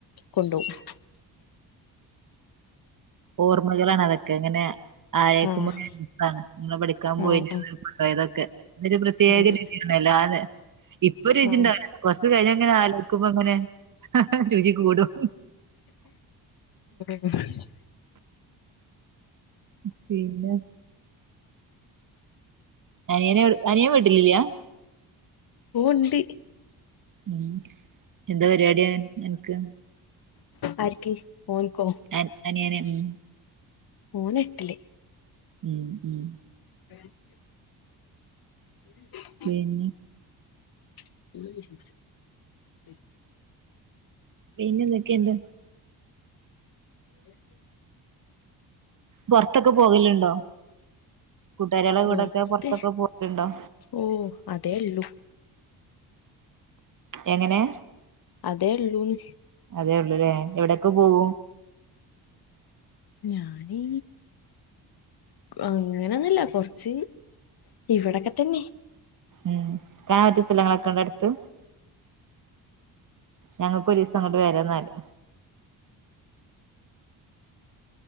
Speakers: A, on the left (about 50°); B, on the right (about 45°).
A: കൊണ്ടുപോവും
B: ഓർമ്മകളാണ് അതൊക്കെ അങ്ങനെ ആലോയ്ക്കുമ്പോ
A: ആഹ്
B: നമ്മെ പഠിക്കാൻ പോയതൊക്കെ
A: ആഹ്
B: കൊണ്ടോയതൊക്കെ അതൊരു പ്രത്യേക
A: ആഹ്
B: രീതി ല്ലോ അതെ ഇപ്പൊ രുചിണ്ടാവില്ല
A: ആഹ്
B: കൊറച്ച കഴിഞ്ഞങ്ങനെ ആലോക്കുമ്പ അങ്ങനെ രുചിക്കൂടും
A: <inaudible>
B: പിന്നെ അനിയനെ അനിയൻ വീട്ടിലില്ല
A: ഓ ഇണ്ട്
B: ഉം എന്താ പരിപാടിയ അൻക്ക്
A: ആർക്ക് ഓൻക്കോ
B: എൻ അനിയന് ഉം
A: ഓൻ എട്ടില്
B: ഉം ഉം
A: <inaudible> <inaudible>
B: പിന്നെ
A: <inaudible>
B: പിന്നെ എന്തക്കെണ്ട്
A: <inaudible>
B: പൊറത്തൊക്കെ പോകൽണ്ടോ കൂട്ടുകാരികളെ
A: പൊറത്ത്
B: കൂടൊക്കെ പൊറത്തൊക്കെ പോയിട്ടുണ്ടോ
A: ഓ അതേ ഉള്ളൂ
B: എങ്ങനെ
A: അതേ ഉള്ളൂന്ന്
B: അതേ ഉള്ളുലേ എവിടെയൊക്കെ പോകൂ
A: ഞാനീ അങ്ങനൊന്നുല്ല കൊറച്ച് ഇവിടെക്കെ തന്നെ
B: ഉം കാണാൻ ഒത്തിരി സ്ഥലങ്ങളൊക്കെ ഉണ്ട് അടുത്ത് ഞങ്ങക്ക് ഒരുസ്സം അങ്ങോട്ട് വരാ എന്നാല്